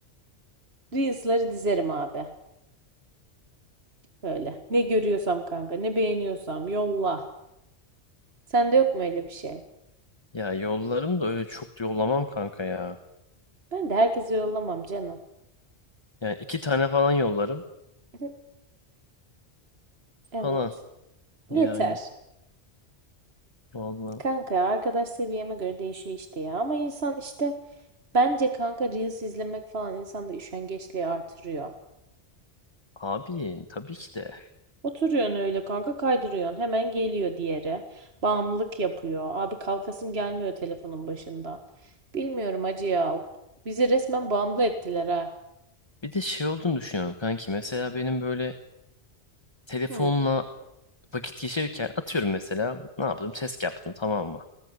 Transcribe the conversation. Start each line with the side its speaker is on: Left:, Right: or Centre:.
Right: Reels'ları dizerim abi. Böyle. Ne görüyorsam kanka, ne beğeniyorsam yolla. Sende yok mu öyle bir şey?
Left: Ya yollarım da öyle çok yollamam kanka ya.
Right: Ben de herkese yollamam canım.
Left: Yani iki tane falan yollarım.
Right: <laughs> Evet.
Left: Falan.
Right: Yeter.
Left: Yani. Vallahi.
Right: Kanka arkadaş seviyeme göre değişiyor işte ya. Ama insan işte bence kanka Reels izlemek falan insanda üşengeçliği artırıyor.
Left: Abi tabii ki de.
Right: Oturuyorsun öyle kanka kaydırıyorsun. Hemen geliyor diğeri. Bağımlılık yapıyor. Abi kalkasın gelmiyor telefonun başından. Bilmiyorum acı ya. Bizi resmen bağımlı ettiler ha.
Left: Bir de şey olduğunu düşünüyorum kanki. Mesela benim böyle telefonla
Right: Hı,
Left: vakit geçirirken atıyorum mesela. Ne yaptım? Test yaptım tamam mı?